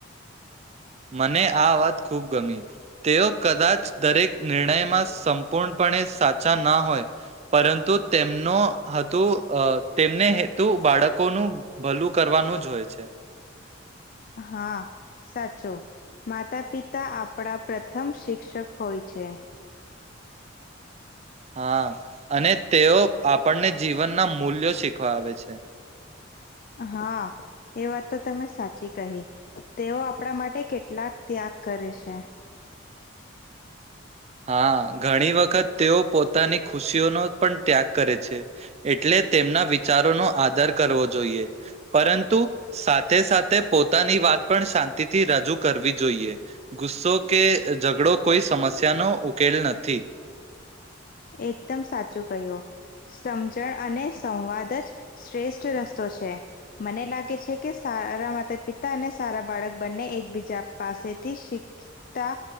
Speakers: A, on the right (about 35°); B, on the left (about 45°).
A: મને આ વાત ખૂબ ગમી તેઓ કદાચ દરેક નિર્ણયમાં સંપૂર્ણપણે સાચા ના હોય પરંતુ તેમનો હતું તેમને હેતુ બાળકોનું ભલું કરવાનું જ હોય છે.
B: હા સાચો માતા પિતા આપણા પ્રથમ શિક્ષક હોય છે.
A: હા અને તેઓ આપણને જીવનના. મૂલ્યો શીખવા વાવે છે.
B: હા એ વાત તો તમે સાચી કહી તેઓ આપણા માટે કેટલાક ત્યાગ કરે છે.
A: હા ઘણી વખત તેઓ પોતાની ખુશીઓનો પણ ત્યાગ કરે છે એટલે તેમના વિચારોનો આદર કરવો જોઈએ પરંતુ સાથે સાથે પોતાની વાત પણ શાંતિથી રજૂ કરવી જોઈએ ગુસ્સો કે ઝઘડો કોઈ સમસ્યા તેનો ઉકેલ નથી.
B: એકદમ સાચું કહ્યું સમજણ અને સંવાદ જ શ્રેષ્ઠ રસ્તો છે મને લાગે છે કે સારા માતા-પિતા અને સારા બાળક બંને એકબીજા પાસેથી શીખતા